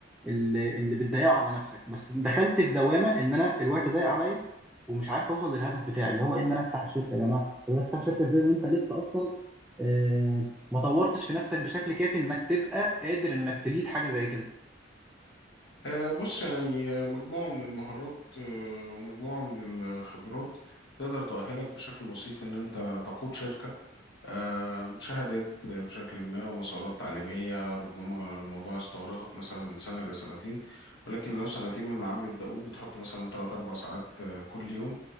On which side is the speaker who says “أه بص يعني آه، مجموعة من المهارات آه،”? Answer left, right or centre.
Left